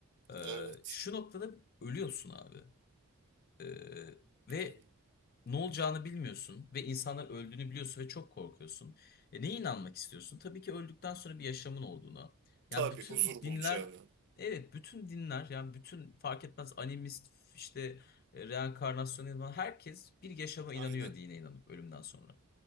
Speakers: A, on the left; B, on the right.
A: Ee,
B: Evet.
A: şu noktada ölüyorsun abi. Ee, ve
B: Yani,
A: ne olacağını bilmiyorsun ve insanlar öldüğünü biliyorsun ve çok korkuyorsun. E, neye inanmak istiyorsun? Tabii ki öldükten sonra bir yaşamın olduğuna. Yani
B: tabii
A: bütün
B: huzur
A: dinler,
B: bulacağını.
A: evet bütün dinler yani bütün fark etmez animist işte e, reenkarnasyona inanan herkes bir yaşama
B: Aynen.
A: inanıyor dine inanıp ölümden sonra.